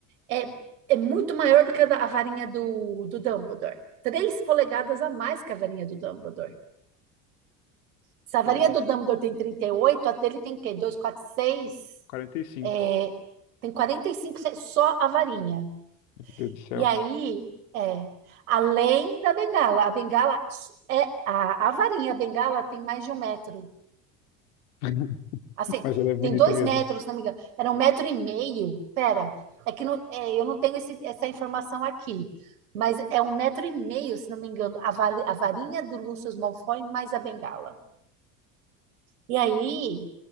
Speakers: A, on the right; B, on the left.
A: É, é muito maior do que a, da- a varinha do, do Dumbledore. Três polegadas a mais que a varinha do Dumbledore. Savaria
B: Três,
A: do Dumbledore tem 38, a dele tem o quê? 2, 4, 6,
B: quarenta e cinco.
A: é, tem 45 só a varinha.
B: Meu Deus do céu.
A: E aí, é, além da bengala, a bengala é a, a varinha, a bengala tem mais de um metro.
B: <laughs>
A: Assim,
B: Mas ela é bonita
A: tem dois
B: mesmo.
A: metros, se não me engano. Era um metro e meio. Pera, é que não- é, eu não tenho esse- essa informação aqui. Mas é um metro e meio, se não me engano, a, va- a varinha do Lúcio Malfoy mais a bengala. E aí,